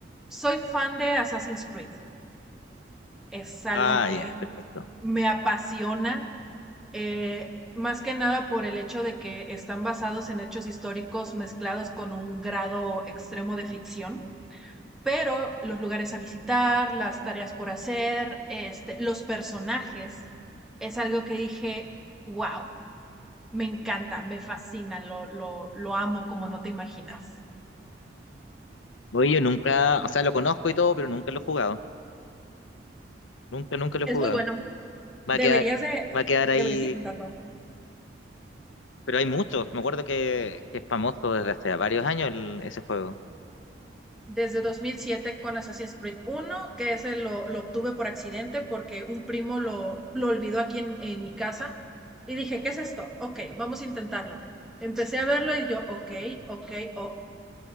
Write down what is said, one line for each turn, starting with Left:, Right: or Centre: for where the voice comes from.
Centre: soy fan de Assassin's Creed. Es algo
Left: Ah,
Centre: que
Left: ya, perfecto.
Centre: me apasiona, eh, más que nada por el hecho de que están basados en hechos históricos mezclados con un grado extremo de ficción. Pero los lugares a visitar, las tareas por hacer, este, los personajes, es algo que dije, wow, me encanta, me fascina, lo, lo, lo amo como no te imaginas.
Left: Oye, yo nunca, o sea, lo conozco y todo, pero nunca lo he jugado. Nunca, nunca lo
Centre: Es
Left: he jugado.
Centre: muy bueno.
Left: Va
Centre: Deberías
Left: a quedar,
Centre: de,
Left: va a quedar ahí,
Centre: deberías intentarlo.
Left: pero hay muchos. Me acuerdo que, que es famoso desde hace varios años el- ese juego.
Centre: desde 2007 con Assassin's Creed uno que ese lo, lo obtuve por accidente porque un primo lo, lo olvidó aquí en, en mi casa. Y dije, ¿qué es esto? Ok, vamos a intentarlo. Empecé a verlo y yo, ok, ok, oh.